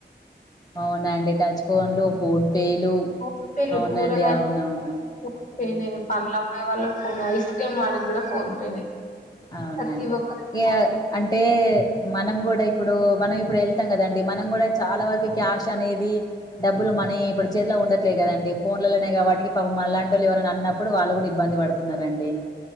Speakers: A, on the left; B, on the left.
A: అవునండి టచ్ ఫోన్లు ఫోన్ పేలు
B: ఫోన్ పే లు
A: అవునండి
B: కురగయా
A: అవునవును
B: ఫోన్ పే
A: ఉమ్,
B: నే పండ్లు అమ్మే వాళ్ళ ఫోన్ ఐస్ క్రీమ్ వాళ్ళ కూడా ఫోన్ పేనే
A: అవునండి
B: ప్రతి ఒక్కరికి
A: ఇగ
B: ఫోన్ పే
A: అంటే మనం కూడా ఇప్పుడు మనం ఇప్పుడు వెళ్తాం కదండి మనం కూడా చాలా వరకు క్యాష్ అనేది డబ్బులు మనీ ఇప్పుడు చేతిలో ఉండట్లే కదండి ఫోన్లలోనే ఇగ వాటికి పాపం మన లాంటి వాళ్ళు ఎవరన్నా అన్న ప్పుడు వాళ్ళు కూడా ఇబ్బంది పడుతున్నారండి